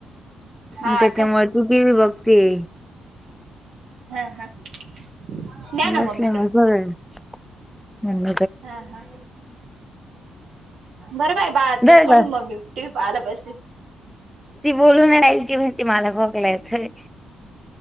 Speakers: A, on the right; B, in the centre.
A: हा
B: मग त्याच्यामुळे
A: का.
B: ती टीव्ही बघतीय.
A: हा हा. द्या ना
B: बसले
A: मम्मीकडे
B: मज म्हण.
A: हा हा बरं बाय. पा
B: धर
A: सोडून
B: ग
A: मम्मी टी व पाहायला बसली.
B: ती बोलून य की म्हण त मला खोकला येतय.